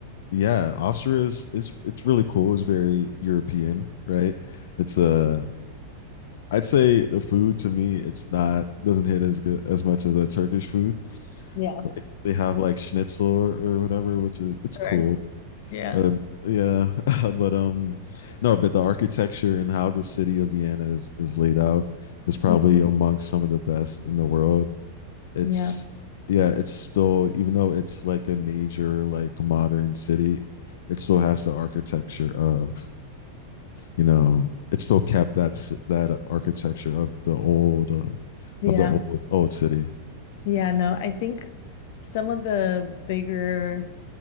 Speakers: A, on the left; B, on the left.
A: yeah, Austria is it's it's really cool. It's very European, right? It's a I'd say the food to me, it's not doesn't hit as good as much as a Turkish food.
B: Yeah,
A: Like they have like schnitzel or, or whatever, which is it's cool.
B: Sure. Yeah.
A: Uh yeah, <laughs> but um, no, but the architecture and how the city of Vienna is is laid out is probably
B: Mhm.
A: amongst some of the best in the world. It's
B: Yeah.
A: yeah, it's still even though it's like a major like modern city, it still has the architecture of you know it still kept that that architecture of the old uh,
B: Yeah.
A: of the old old city.
B: Yeah. No, I think some of the bigger